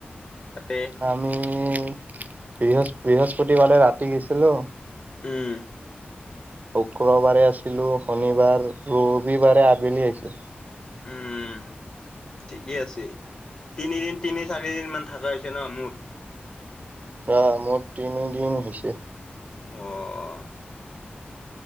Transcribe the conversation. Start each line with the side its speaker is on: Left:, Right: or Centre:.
Left: তাতে।
Right: আমি বৃহচ বৃহস্পতিবাৰে ৰাতি গৈছিলোঁ, -
Left: উম'
Right: শুক্ৰবাৰে আছিলো শনিবাৰ ৰবিবাৰে আবেলি আহিছো।
Left: উম উম' ঠিকেই আছে, তিনিদিন তিনি চাৰি দিন মান থকা হৈছে ন মোৰ।
Right: আহ মোৰ তিনিদিন হৈছে।
Left: অঁ'